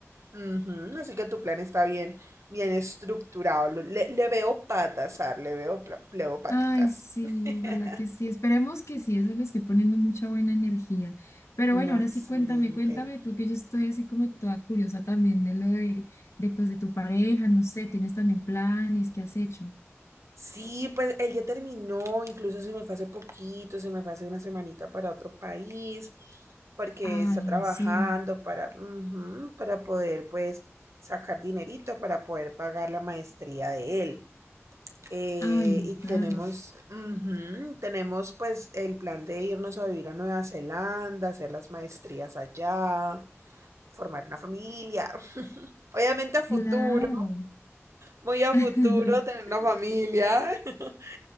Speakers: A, on the right (about 75°); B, on the left (about 75°).
A: Ujú, Así que tu plan está bien, bien estructurado. Lo- Le, le veo patas, Ar, le veo, pla- le
B: <laughs>
A: veo paticas.
B: Ay, sí,
A: <laughs>
B: ojalá que sí. Esperemos que sí, eso le estoy poniendo mucha buena energía. Pero bueno,
A: No,
B: ahora
A: excelente.
B: sí cuéntame, cuéntame tú que yo estoy así como toda curiosa también de lo de, de pues de tu pareja, no sé, tienes también planes, ¿qué has hecho?
A: Sí, pues él ya terminó, incluso se me fue hace poquito, se me fue hace una semanita para otro país, porque
B: Ay,
A: está trabajando
B: en serio.
A: para, ujú, para poder pues sacar dinerito para poder pagar la maestría de él. Eh,
B: Ay,
A: y tenemos,
B: claro.
A: ujú, tenemos pues el plan de irnos a vivir a Nueva Zelanda, hacer las maestrías allá, formar una familia. <laughs> Obviamente a futuro,
B: Claro.
A: muy a
B: <laughs>
A: futuro, tener una familia. <laughs>